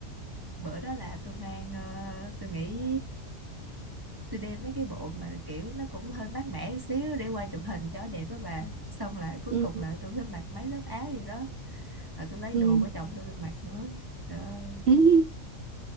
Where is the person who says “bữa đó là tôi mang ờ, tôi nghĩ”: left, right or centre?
Right